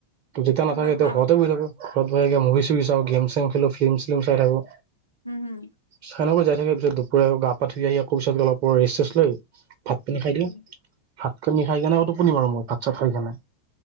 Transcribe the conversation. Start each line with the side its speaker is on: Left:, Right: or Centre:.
Right: ত, যেয়া নাথাকে।
Left: উম
Right: তেতিয়া
Left: হম
Right: ঘৰতে বহ থাকো ঘৰতহৈ থাকে মুভি চুভি চাওঁ গেম চেম খেলো ফিল্ম চিলম চাই থাকো।
Left: হম', হুম,
Right: চাইনেকৈ যাই থাকে। পিছ দুপৰ গা ধৰি আহ আকৌ পিছত অলপ ৰেষ্ট ৰেষ্ট লৈ ভাত পিনী খাই
Left: হুম,
Right: দিওঁ। ভাত পিনি খাই কেনে তোপনি বাৰু মই ভাত চাত খাই কি নাই।